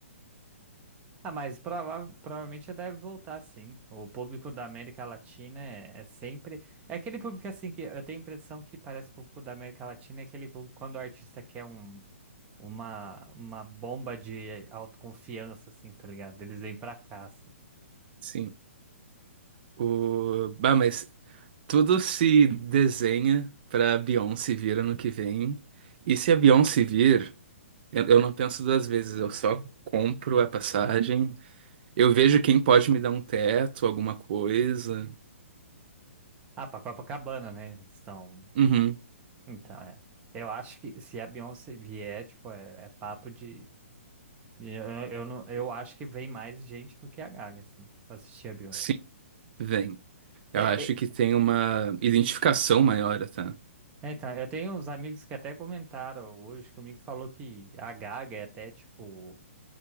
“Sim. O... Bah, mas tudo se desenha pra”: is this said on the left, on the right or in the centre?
Right